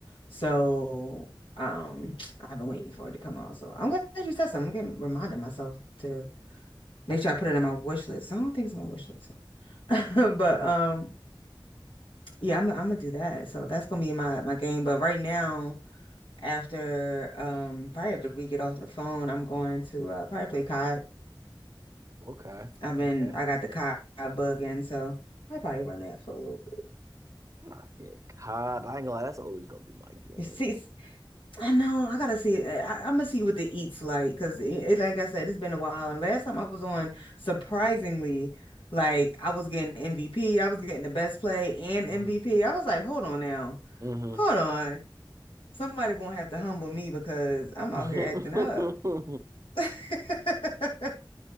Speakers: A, on the left (about 80°); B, on the right (about 40°).
A: so um, <tsk> I've been waiting for it to come out. So I'm glad you said something. I'm getting- reminding myself to make sure I put it on my wish list. I don't think it's on my wish list, so. <laughs> But
B: yeah.
A: um,
B: <laughs>
A: yeah, I'm I'm gonna do that. So that's gonna be my my game. But right now, after um, probably after we get off the phone, I'm going to uh, probably play COD.
B: Okay.
A: I've
B: Okay.
A: been I got the COD bug in, so I probably run that for a little
B: Uh, yeah, cod. I ain't gonna lie, that's always gonna be my game.
A: bit. <laughs> See, I know. I gotta see. eh, I, I'm gonna see what the eats like because it, it- like I said, it's been a while. And last time I was on, surprisingly, like I was getting MVP. I was getting the best play and MVP.
B: hmm
A: I was like, hold on now,
B: hmm
A: hold on. Somebody gonna have to humble me because I'm
B: <laughs>
A: out here acting up. <laughs>